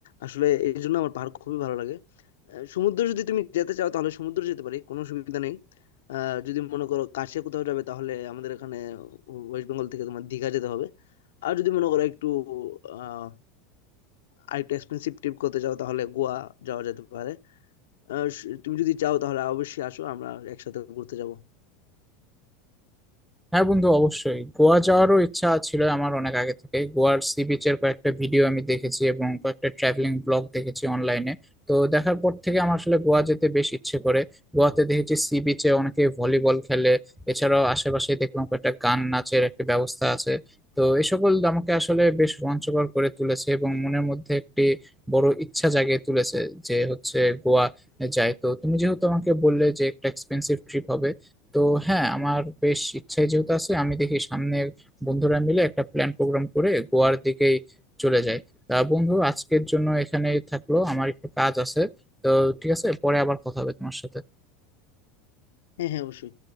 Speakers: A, on the left; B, in the centre.
A: আসলে এই জন্য আমার পাহাড় খুবই ভালো লাগে আহ, সমুদ্র যদি তুমি যেতে চাও তাহলে সমুদ্র যেতে পারি কোনো সুবিধা নেই আহ যদি মনে করো কাছে কোথাও যাবে তাহলে আমাদের এখানে ওয়েস্ট বেঙ্গল থেকে তোমার দীঘা যেতে হবে আর যদি মনে করো একটু আহ আরেকটু এক্সপেন্সিভ ট্রিপ করতে চাও তাহলে গোয়া যাওয়া যেতে পারে আহ, তুমি যদি চাও তাহলে অবশ্যই আসো আমরা একসাথে ঘুরতে যাব
B: হ্যাঁ বন্ধু অবশ্যই গোয়া যাওয়ারও ইচ্ছা ছিল আমার অনেক আগে থেকে গোয়ার সি বিচের কয়েকটা ভিডিও আমি দেখেছি এবং কয়েকটা ট্রাভেলিং ব্লগ দেখেছি অনলাইনে তো দেখার পর থেকে আমার আসলে গোয়া যেতে বেশ ইচ্ছে করে গোয়াতে দেখেছি সি বিচে অনেকে ভলিবল খেলে এছাড়াও আশেপাশে দেখলাম কয়েকটা গান নাচের একটা ব্যবস্থা আছে তো এই সকল আমাকে আসলে বেশ রোমাঞ্চকর করে তুলেছে এবং মনের মধ্যে একটি বড় ইচ্ছা জাগিয়ে তুলেছে যে হচ্ছে গোয়া যায় তো তুমি যেহেতু আমাকে বললে যে একটা এক্সপেন্সিভ ট্রিপ হবে তো হ্যাঁ আমার বেশ ইচ্ছাই যেহেতু আছে আমি দেখি সামনে বন্ধুরা মিলে একটা প্ল্যান প্রোগ্রাম করে গোয়ার দিকেই চলে যাই তা বন্ধু আজকের জন্য এখানেই থাকলো আমার একটু কাজ আছে তো ঠিক আছে পরে আবার কথা হবে তোমার সাথে
A: হ্যাঁ হ্যাঁ অবশ্যই